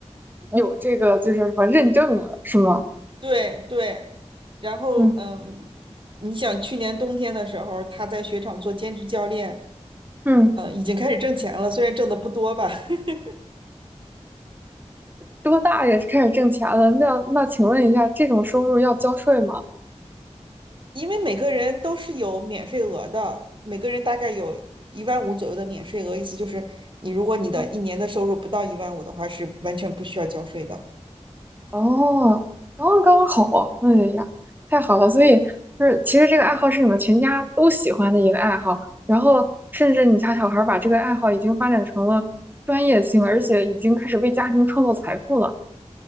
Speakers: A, on the right; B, on the right.
A: 有这个就是什么认证了，是吗？
B: 对对，然后嗯，
A: 嗯
B: 你想去年冬天的时候，他在雪场做兼职教练，
A: 嗯。
B: 呃，已经开始挣钱了，虽然挣的不多吧，<laughs>
A: 多大也开始挣钱了？那那请问一下，这种收入要交税吗？
B: 因为每个人都是有免税额的，每个人大概有一万五左右的免税额，意思就是你如果你的一年的收入不到一万五的话，
A: 嗯
B: 是完全不需要交税的。
A: 哦，刚刚好，哎呀，太好了！所以就是，其实这个爱好是你们全家都喜欢的一个爱好，然后甚至你家小孩儿把这个爱好已经发展成了专业性，而且已经开始为家庭创造财富了。